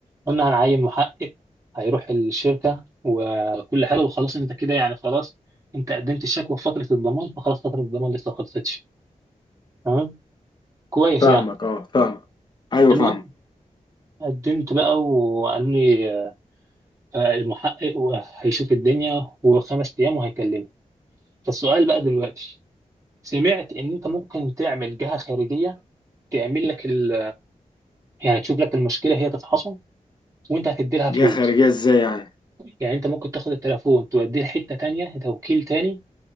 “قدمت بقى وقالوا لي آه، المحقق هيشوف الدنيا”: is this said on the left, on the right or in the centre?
Right